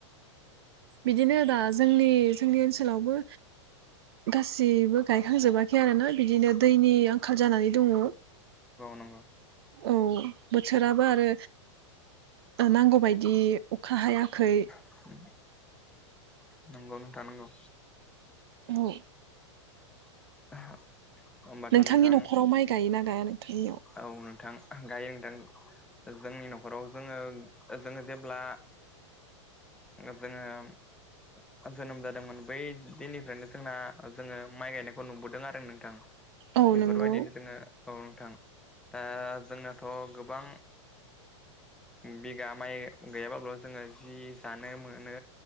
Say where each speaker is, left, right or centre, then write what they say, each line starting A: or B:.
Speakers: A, on the right; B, in the centre.
A: बिदिनो दा जोंनि जोंनि ओनसोलावबो गासै। जेबो गायखांजोबाखै आरो ना बिदिनो दैनि आंखाल जानानै दङ।
B: नंगौ
A: औ बोथोराबो आरो नांगौबायदि अखा हायाखै।
B: <inaudible> नंगौ नोंथा नंगौ।
A: औ।
B: <inaudible> होमबाथ'
A: नोंथांनि
B: नोंथां
A: न'खराव माइ गायोना गाया नोंथांनियाव।
B: औ नोंथां गायो नोंथां। जोंनि न'खराव जोङो जोङो जेब्ला। जोंङो। जोनोम जादोंमोन बै दिननिफ्रायनो जोंना जोङो माइ गायनायखौ नुबोदों आरो नोंथां‌।
A: औ
B: बेफोरबायदिनो
A: नंगौ
B: जोङो औ नोंथां। दा जोंनाथ' गोबां बिगा माइ गैयाब्लाल' जोङो जि जानो मोनो